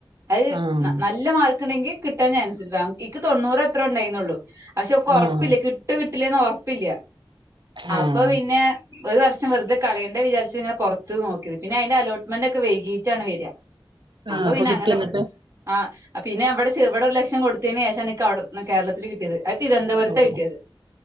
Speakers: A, on the right; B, on the right.
A: അത്
B: ആഹ്
A: നല്ല മാർക്ക് ഇണ്ടെങ്കി കിട്ടാൻ ചാൻസ് <unintelligible> എൻക്ക് തൊണ്ണൂറ് എത്ര ഉണ്ടായിരുന്നുള്ളൂ പക്ഷെ ഉറപ്പില്ല
B: ആഹ്
A: കിട്ടോ കിട്ടില്ലേന്ന് ഉറപ്പില്ല അപ്പൊ
B: ആഹ്
A: പിന്നെ ഒരു വർഷം വെറുതെ കളയണ്ട വിചരിച്ച് ഇങ്ങനെ പുറത്ത് നോക്കിയത് പിന്നെ അയിന്റെ അലോട്ട്മെന്റ് ഒക്കെ വൈകീട്ടാണ് വരിക
B: ആഹ്
A: അപ്പൊ പിന്നെ
B: കിട്ടി
A: അങ്ങനെ
B: എന്നിട്ട്
A: ഇവിടെ ആ പിന്നെ അവിടെ ഇവിടെ ഒരു ലക്ഷം കൊടുത്തേന് ശേഷാണ് എനിക്ക് അവിടെ കേരളത്തില് കിട്ട ത് അത് തിരുവനന്തപുരത്താ
B: ഓഹ്
A: കിട്ടിയത്